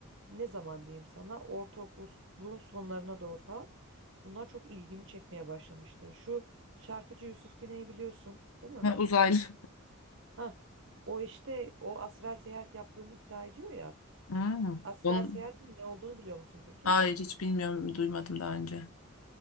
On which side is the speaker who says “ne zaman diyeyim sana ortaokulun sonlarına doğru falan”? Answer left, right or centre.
Right